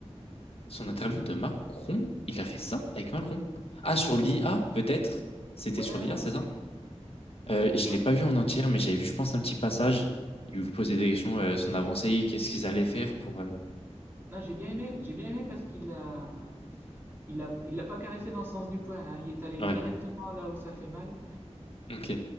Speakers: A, on the left (about 55°); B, on the right (about 20°).
A: Son interview de Macron, il a fait ça avec Macron. Ah, sur
B: Ouais,
A: l'IA, peut-être. C'était
B: ouais,
A: sur l'IA,
B: ouais,
A: c'est
B: ouais.
A: ça? Euh, je
B: ouais.
A: l'ai pas vu en entière, mais j'avais vu, je pense, un petit passage. Il lui posait des questions, euh, son avancée, qu'est-ce qu'ils allaient faire pour. euh,
B: Non, j'ai bien aimé, j'ai bien aimé parce qu'il a, il a, il l'a pas caressé dans le sens du poil, hein, il est allé
A: Ouais.
B: directement là où ça fait mal.
A: Ok.